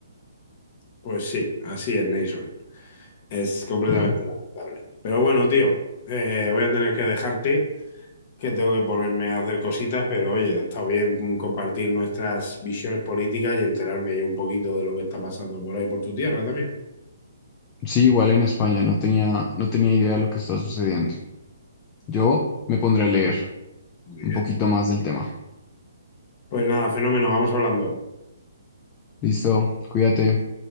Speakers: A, on the left (about 40°); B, on the left (about 25°).
A: Pues sí, así es, Nason. Es completamente
B: Mm.
A: lamentable. Pero bueno, tío, eh, voy a tener que dejarte que tengo que ponerme a hacer cositas, pero oye, ha estado bien compartir nuestras visiones políticas y enterarme yo un poquito de lo que está pasando por ahí, por tu tierra también.
B: Sí, igual en España, no tenía, no tenía idea de lo que está sucediendo. Yo me pondré a leer
A: Muy
B: un
A: bien.
B: poquito más del tema.
A: Pues nada, fenómeno, vamos hablando.
B: Listo, cuídate.